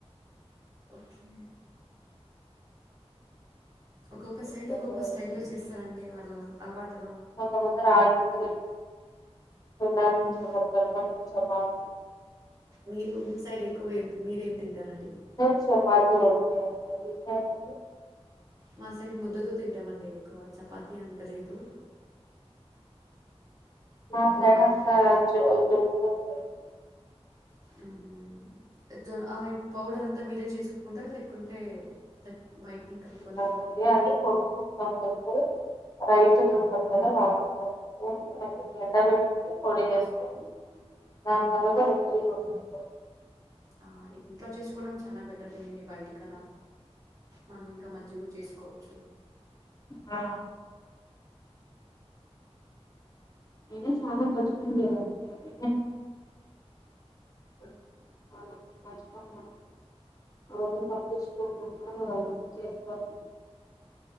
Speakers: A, on the right; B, on the left.
A: ఓకే ఒక్కొక్క
B: లేకపోతే
A: సైడ్ ఒక్కొక్క స్టైల్లో చేస్తారండి వాళ్ళ అల్వాట్
B: కొంతమంది రాయ్పోతుర్రా <inaudible>
A: మ్మ్
B: ఇష్టపడతారు కొంతమంది చపాతీ
A: మీరు మీ సైడ్ ఎక్కువ ఏం మీరేం తింటారండి
B: నేను <unintelligible>
A: మా సైడ్ ముద్దతో తింటామండి ఎక్కువ చపాతీ అంతలేదు
B: మా సైడంతా
A: బాగా తింటాం
B: చో <unintelligible>
A: ఉమ్ హ్ ఇజ్జో ఆ పౌడరంతా మీరే చెస్కుంటరా లేకుంటే <inaudible>
B: పోల్నాండి కొనుకుంటాం <unintelligible> రైతులుంటరు గదా వాళ్తోపాటు <inaudible> ఎండగట్టి పొడి జేస్కొని దాని
A: ఉమ్
B: తర్వాత రొట్టెల్ గొట్క్ <inaudible>
A: ఆ ఇంట్లో చేస్కోవడం చానా బెటర్లేయండి బైటికనా మనమింకా మంచిగో చేస్కోచ్చు
B: ఆ ఐనా చాలా ఖర్చుంటది గదా <inaudible> వాళ్ళక్ పష్టంగా అవన్నీ పట్టించుకోకుండా చేసుకో